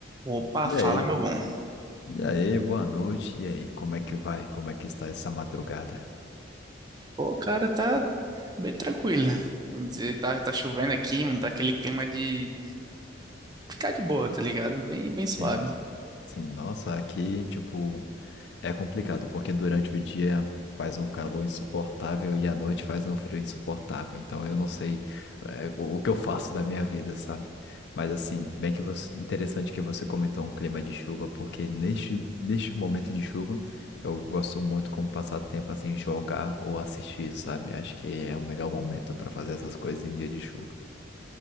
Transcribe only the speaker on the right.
Opa,
fala,
meu bom.
Pô, cara, tá bem tranquila. Vamos dizer, tá, tá chovendo aqui, não tá aquele clima de ficar de boa, tá ligado? Bem, bem
suave.